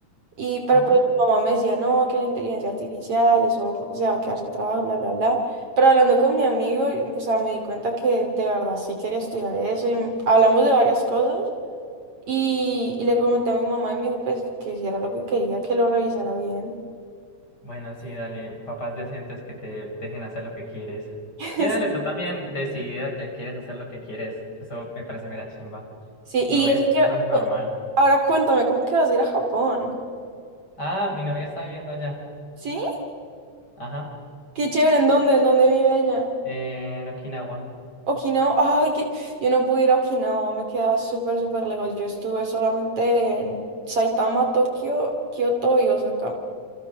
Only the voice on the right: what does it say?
Y, pero
pues mi mamá me decía, no, que la inteligencia artificial, eso se va a quedar sin trabajo, bla, bla, bla. Pero hablando con mi amigo, y, o sea, me di cuenta que de verdad sí quería estudiar eso y m- hablamos de varias cosas. Y, y le comenté a mi mamá y me dijo, pues, que si era lo que quería, que lo revisara bien.
<laughs>
Sí,
y
eso que,
bueno, ahora cuéntame, ¿cómo que vas a ir a Japón?
¿Sí?
Qué chévere, ¿en dónde? ¿En dónde vive ella?
Okinawa, ay, que yo no pude ir a Okinawa, me quedaba súper, súper lejos. Yo estuve solamente en Saitama, Tokio, Kioto y Osaka.